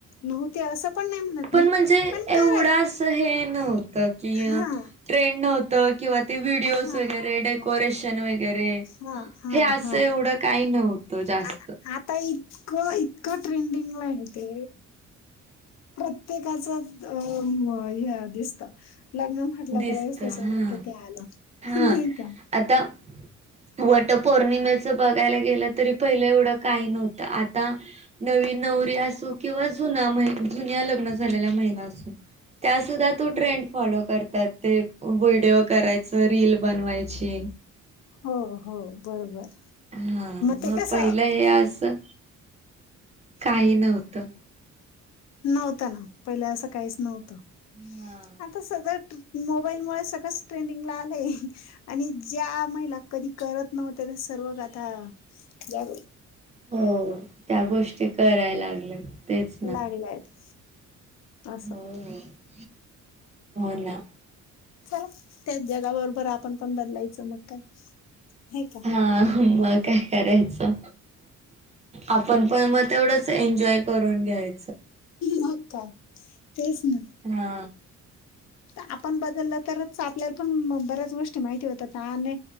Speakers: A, on the left; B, on the right.
A: नव्हते असं पण नाही म्हणत
B: पण
A: मी,
B: म्हणजे
A: पण कराय
B: एवढं असं हे नव्ह त कि
A: हा
B: ट्रेंड नव्हतं, किंवा ते व्हिडिओज
A: हा
B: वगैरे,
A: हा
B: डेकोरेशन वगैरे वगैरे
A: हा हा
B: हे असं
A: हा
B: एवढं काही नव्हतं जास्त
A: आ- आता इतकं, इतकं, ट्रेंडिंगला आहे ते प्रत्येकाच अ मं ह्या दिसता, लग्न म्हटलं
B: दिसत
A: का लगेच त्याच्या
B: हा.
A: मागे ते आलं
B: हा
A: नाही का
B: आता! वट पौर्णिमेच बघायला गेलं तरी, पहिलं एवढं काही नव्हतं आता नवी नवरी,
A: आता
B: असू
A: प्रॉपर-
B: किंवा जुना म्ह जुन्या लग्न झालेल्या महिला असू त्यासुद्धा तो
A: हो
B: ट्रेंड फॉलो करतात ते व्हिडिओ कराय त रील बनवायची
A: हो हो बरोबर.
B: हा
A: ते
B: मग
A: कसं
B: पहिलं हे असं काही नव्हतं.
A: नव्हत ना पहिले असं काहीच नव्हतं
B: हा
A: आता सज मोबाईलमुळे सगळंच ट्रेंडिंगला आलंय, आणि ज्या महिला कधी करत नव्हत्या त्या रोज आता जा
B: हो त्या गोष्टी कराय लागल्यात तेच ना
A: लाग लायाचं असा!
B: हो हो हो ना
A: चला त्याच जगाबरोबर आपण पण बदलायचं मग काय नाही का
B: हा मग काय करायचं आपण पण मग तेवढंच एन्जॉय करून घ्याय
A: मग काय? तेच ना
B: हा.
A: त आपण ब ददल तरच आपल्याला पण मं बऱ्याच गोष्टी माहिती होतात आनी